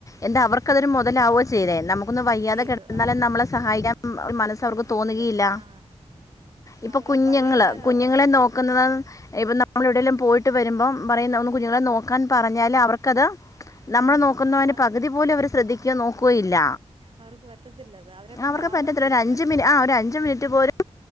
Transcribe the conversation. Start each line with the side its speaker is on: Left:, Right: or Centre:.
Left: എന്താ അവർക്കതൊരു മുതലാവോ ചെയ്തേ നമുക്ക് ഒന്ന് വയ്യാതെ
Right: ചെയ്തു
Left: കിടന്നാലും
Right: ആ
Left: നമ്മളെ സഹായിക്കാൻ മനസ് അവർക്ക് തോന്നുകയില്ല
Right: ഇല്ല ആ
Left: ഇപ്പൊ
Right: അവരാ
Left: കുഞ്ഞുങ്ങള്
Right: പഴയ കാലം
Left: കുഞ്ഞുങ്ങളെ
Right: ഓർക്കും
Left: നോക് ക്കുന്നത് ഇപ്പം നമ്മൾ എവിടേലും പോയിട്ട് വരുമ്പം പറയും നമ്മള് കുഞ്ഞുങ്ങളെ നോക്കാൻ പറഞ്ഞാല് അവർക്കത് നമ്മള്
Right: വലിയ
Left: നോക്കുന്നവന്
Right: ബുദ്ധിമുട്ടാണ്
Left: പകുതി പോലും അവര് ശ്രദ്ധിക്കോ നോക്കോയില്ല
Right: അവർക്ക് പറ്റത്തില്ലത് അവരെ കൊണ്ടാവത്തില്ലത്
Left: അവര്ക്ക് പറ്റത്തില്ല ഒരഞ്ചു മിനി ആഹ് ഒരു അഞ്ച് മിനിറ്റ് പോലും